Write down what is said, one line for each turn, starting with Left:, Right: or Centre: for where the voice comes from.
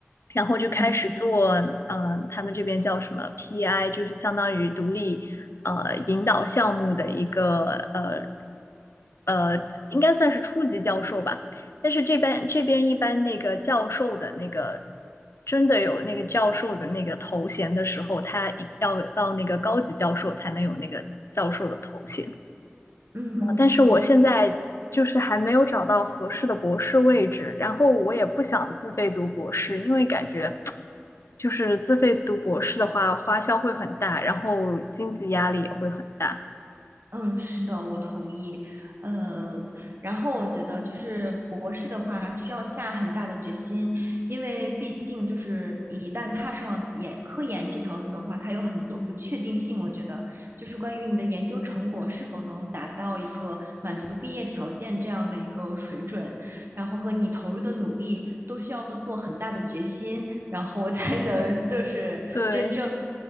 Left: 然后就开始做，
Right: 嗯
Left: 呃，他们这边叫什么 PI，就是相当于独立呃引导项目的一个呃呃，应该算是初级教授吧。但是这边这边一般那个教授的那个真的有那个教授的那个头衔的时候，他一要到那个高级教授才能有那个教授的头衔。
Right: 嗯嗯。
Left: 但是我现在就是还没有找到合适的博士位置，然后我也不想自费读博士，因为感觉就是自费读博士的话，花销会很大，然后经济压力也会很大。
Right: 嗯，是的，我同意。呃，然后我觉得就是博士的话，需要下很大的决心，因为毕竟就是你一旦踏上研科研这条路的话，它有很多不确定性。我觉得就是关于你的研究成果是否能达到一个满足毕业条件这样的一个水准，然后和你投入的努力都需要做很大的决心。然后我才能就是真正
Left: 对